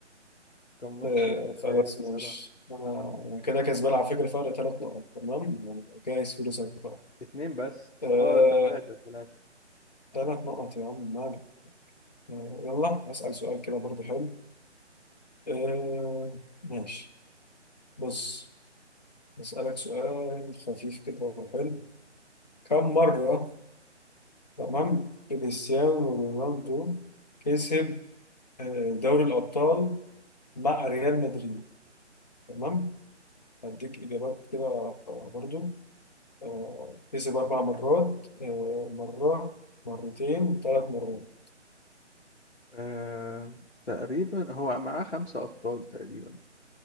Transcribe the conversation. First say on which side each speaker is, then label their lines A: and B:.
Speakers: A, on the left (about 60°); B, on the left (about 35°).
A: كان ماتش
B: آه خلاص
A: خيالي
B: ماشي
A: صراحة
B: انا أنا كده كسبان على فكره فرق ثلاث نقط تمام جايز فلوسك بقى
A: اتنين بس
B: آه
A: اه تلاتة تلاتة
B: ثلاث نقط يا عم مالك آه يلا هسأل سؤال كده برضو حلو آه ماشي بص هسألك سؤال خفيف كده وحلو كم مرة تمام كريستيانو رونالدو كسب آه، دوري الأبطال مع ريال مدريد تمام هديك إجابات كده آه، برضو آه، كسب أربع مرات آه، مرة مرتين ثلاث مرات
A: آه تقريبا هو معاه خمسة أبطال تقريبا